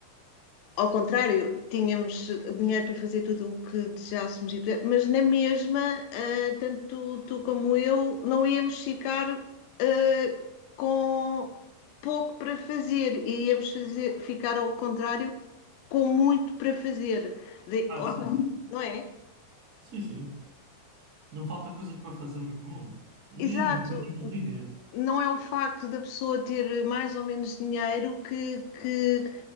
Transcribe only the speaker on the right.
Ah, sim.
Sim, sim. Não falta coisas para fazermos no mundo. Nem
não precisamos de dinheiro.